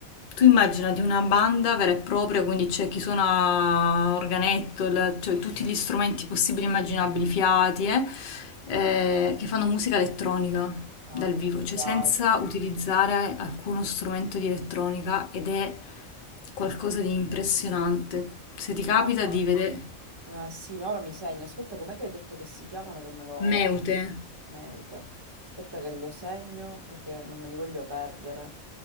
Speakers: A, on the left; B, on the right.
A: tu immaginati una banda vera e propria, quindi c'è chi suona organetto, il- cioè tutti gli strumenti possibili e immaginabili, fiati, eh, eh, che fanno musica elettronica
B: Ma
A: dal
B: che
A: vivo, cioè
B: cavolo.
A: senza utilizzare alcuno strumento di elettronica ed è qualcosa di impressionante. Se ti capita
B: No,
A: di vedere
B: ma... eh, sì, ma ora mi segno. Aspetta, com'è che hai detto che si chiamano che me lo...
A: Meute,
B: Meute. Aspetta che lo segno perché non me li voglio perdere.